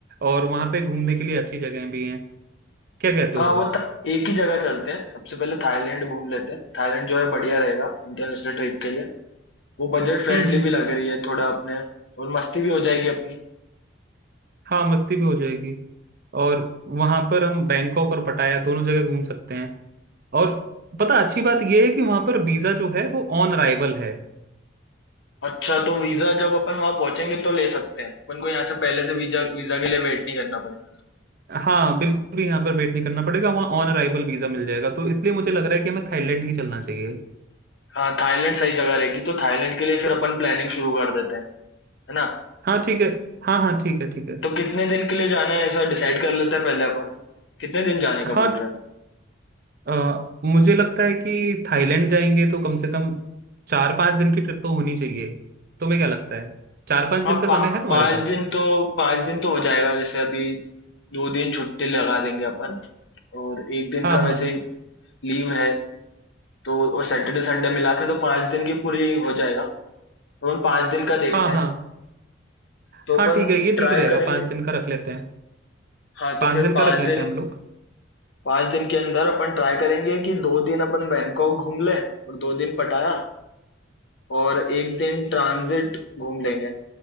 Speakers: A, on the right; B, on the left.
A: और वहाँ पे घूमने के लिए अच्छी जगह भी हैं क्या कहते
B: हाँ
A: हो तुम
B: वो थ- एक ही जगह चलते हैं सबसे पहले थाईलैंड घूम लेते हैं थाईलैंड जो है बढ़िया रहेगा इंटरनेशनल ट्रिप के लिए वो बजट फ्रेंडली
A: हम्म हम्म
B: भी लग रही है थोड़ा अपने और मस्ती भी हो जाएगी अपनी
A: हाँ मस्ती भी हो जाएगी और वहां पर हम बैंकॉक और पटाया दोनों जगह घूम सकते हैं और पता अच्छी बात यह है कि वहां पर वीजा जो है वो ऑन अराइवल है
B: अच्छा तो वीजा जब अपन वहां पहुंचेंगे तो ले सकते हैं अपन को यहाँ से पहले से वीजा वीजा के लिए वेट नहीं करना पड़ेगा
A: हाँ बिल्कुल भी यहाँ पर वेट नहीं करना पड़ेगा वहाँ ऑन अराइवल वीजा मिल जाएगा तो इसलिए मुझे लग रहा है कि हमें थाईलैंड ही चलना चाहिए
B: ना। हाँ थाईलैंड सही जगह रहेगी तो थाईलैंड के लिए फिर अपन प्लानिंग शुरू कर देते हैं है ना
A: हाँ ठीक है हाँ हाँ ठीक है ठीक है
B: तो कितने दिन के लिए जाना है ऐसा डिसाइड कर लेते हैं पहले अपन कितने दिन जाने का
A: हाँ
B: बोल रहे हैं
A: अ, मुझे लगता है कि थाईलैंड जाएंगे तो कम से कम चार पांच दिन की ट्रिप तो होनी चाहिए तुम्हें क्या लगता है चार पांच दिन
B: हाँ
A: का
B: पा,
A: समय है तुम्हारे
B: पाँच
A: पास
B: दिन तो पाँच दिन तो हो जाएगा जैसे अभी दो दिन छुट्टी लगा देंगे अपन और एक दिन
A: हाँ
B: का
A: हाँ
B: वैसे लीव है तो और सैटरडे संडे मिला के तो पाँच दिन की पूरी हो जाएगा तो अपन पाँच दिन का देखते
A: हाँ
B: हैं
A: हाँ
B: तो
A: हाँ
B: अपन
A: ठीक है ये
B: ट्राई
A: ठीक रहेगा
B: करेंगे
A: पाँच दिन का रख लेते हैं
B: हाँ तो
A: पाँच
B: फिर
A: दिन का
B: पाँच
A: रख लेते
B: दिन
A: हैं हम लोग
B: पाँच दिन के अंदर अपन ट्राई करेंगे कि दो दिन अपन बैंकॉक घूम लें और दो दिन पटाया और एक दिन ट्रांजिट घूम लेंगे